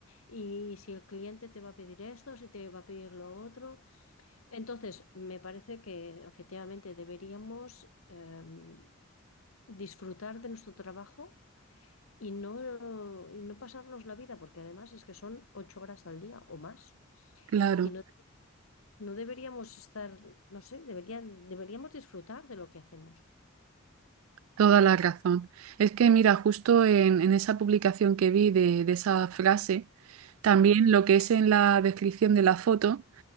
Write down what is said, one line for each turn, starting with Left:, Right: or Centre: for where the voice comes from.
Left: y si el cliente te va a pedir esto, si te va a pedir lo otro. Entonces, me parece que efectivamente deberíamos... em, disfrutar de nuestro trabajo y no, y no pasarnos la vida, porque además es que son ocho horas al día o más.
Right: claro,
Left: Y no, no deberíamos estar, no sé, deberían, deberíamos disfrutar de lo que hacemos.
Right: toda la razón. Es que mira, justo en, en esa publicación que vi de, de esa frase, también
Left: Sí,
Right: lo que es en la descripción de la foto.